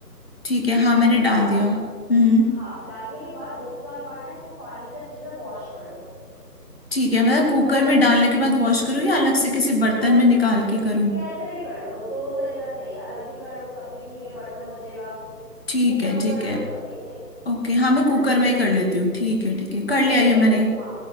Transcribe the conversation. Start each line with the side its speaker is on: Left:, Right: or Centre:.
Left: ठीक है
Centre: डालने
Left: हाँ मैंने
Centre: के
Left: डाल
Centre: बाद
Left: दिया हम्म
Centre: हाँ डालने के बाद दो चार बार ना इसको पानी से अच्छे से वॉश कर लो
Left: ठीक है मतलब कुकर
Centre: कर लिया
Left: में डालने के बाद वॉश करूँ या अलग से किसी बर्तन
Centre: वॉश
Left: में निकाल
Centre: कर
Left: के करूँ
Centre: कैसे भी कर लो दोनों तरीका सही है अलग भी कर लोगे तब भी ठीक है बर्तन बचेगा
Left: ठीक
Centre: कुकर
Left: है
Centre: में
Left: ठीक
Centre: कर लोगे
Left: है
Centre: तब भी सही है
Left: ओके हाँ मैं
Centre: है
Left: कुकर
Centre: ना
Left: में ही कर लेती हूँ ठीक है ठीक है
Centre: कुकर
Left: कर लिया
Centre: में
Left: ये
Centre: कर
Left: मैंने
Centre: लो हाँ